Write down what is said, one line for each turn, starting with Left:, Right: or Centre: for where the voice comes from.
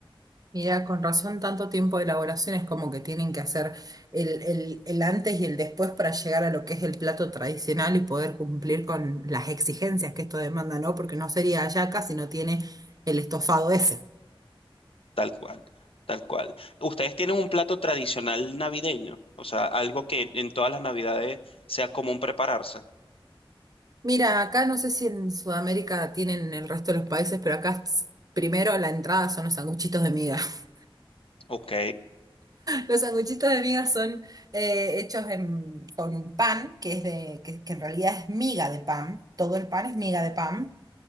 Right: Mira, con razón, tanto tiempo de elaboración es como que tienen que hacer el, el, el antes y el después para llegar a lo que es el plato tradicional y poder cumplir con las exigencias que esto demanda, ¿no? Porque no sería hallaca si no tiene el estofado ese.
Left: tal cual, tal cual. ¿Ustedes tienen un plato tradicional navideño? O sea, algo que en todas las navidades sea común prepararse.
Right: Mira, acá no sé si en Sudamérica tienen en el resto de los países, pero acá s- primero la entrada son los sanguchitos de miga. <laughs>
Left: Ok.
Right: Los sanguchitos de miga son eh, hechos en- con un pan que es de, que que en realidad es miga de pan. Todo el pan es miga de pan